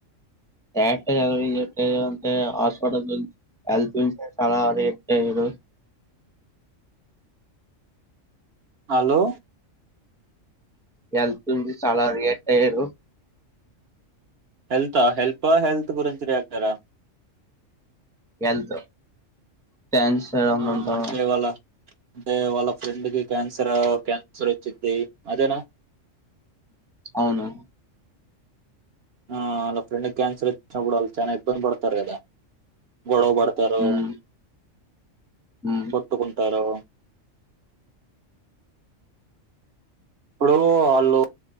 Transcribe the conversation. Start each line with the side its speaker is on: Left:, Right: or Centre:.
Centre: క్టర్ట్ అయారు అంటే హాస్పిటల్ హెల్త్ చాలా రేట్ అయ్యారు
Right: హలో
Centre: వెళ్తుంది చాలా రియట్ అయ్యారు
Right: హెల్తా హెల్పా హెల్త్ గురించిియాక్టరా
Centre: గల్ త టెన్స్మ్
Right: ఆ
Centre: ఉంటావా
Right: అంటే వాళ్ళ అంటే వాళ్ళ ఫ్రెండ్ క క్యాన్సర్ క్యాన్సర్ వచ్చిది అదేనా
Centre: అవును
Right: ఆ వాళ్ళ ఫ్రెండ్ క్యాన్సల్ వచ్చినప్పుడు వాళ్ళు చాలా ఇబ్బంది పడతారు కదా గడవబడతారు
Centre: ఉమ్ ఉమ్
Right: కొట్టుకుంటారో ఇప్పుడు వాళ్ళు